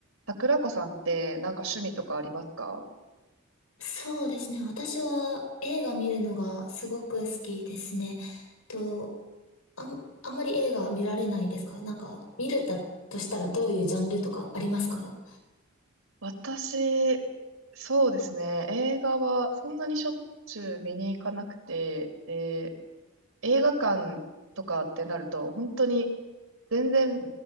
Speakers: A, on the right; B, on the left.
A: 桜子さんってなんか趣味とかありますか
B: そうですね。私は映画見るのがすごく好きですね。と、あん、あんまり映画見られないですかなんか、見れたとしたらどういうジャンルとかありますか
A: 私、そうですね。映画はそんなにしょっちゅう見に行かなくて、で、映画館とかってなると、本当に全然、